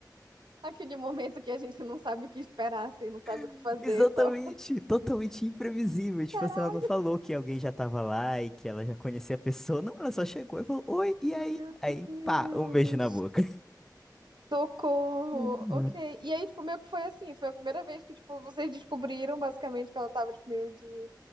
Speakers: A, on the right (about 85°); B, in the centre.
A: Aquele momento que a gente não sabe o que esperar, assim, não sabe o
B: <laughs>
A: que fazer,
B: Exatamente,
A: só.
B: totalmente imprevisível. Tipo,
A: Caralho,
B: assim, ela não falou que alguém já tava lá e que ela já conhecia a pessoa. Não, ela só chegou e falou, oi, e
A: meu
B: aí? Aí,
A: Deus.
B: pá, um beijo na boca.
A: Socorro.
B: Uhum.
A: Ok. E aí, tipo, meio que foi assim, foi a primeira vez que, tipo, vocês descobriram basicamente que ela tava, tipo, meio de